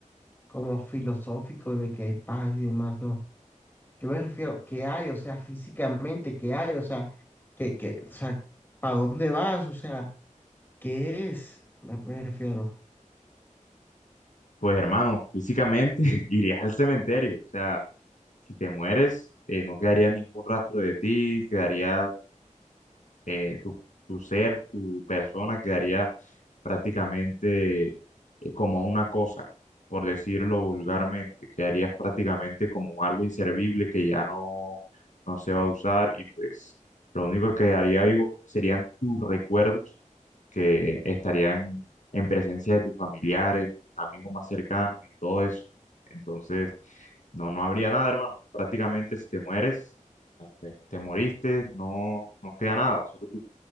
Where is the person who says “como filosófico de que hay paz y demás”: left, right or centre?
Left